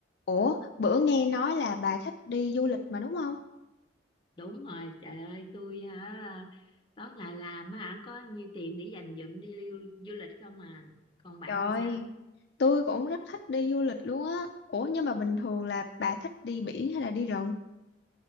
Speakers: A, on the left; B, on the left.
A: Ủa, bữa nghe nói là bà thích đi du lịch mà đúng không?
B: đúng rồi trời ơi tôi hả tối ngày làm á hả có nhiêu tiền để dành dụm đi lưu du lịch không à còn bạn
A: Trời,
B: thì sao
A: tôi cũng rất thích đi du lịch luôn á. Ủa nhưng mà bình thường là bà thích đi biển hay là đi rừng?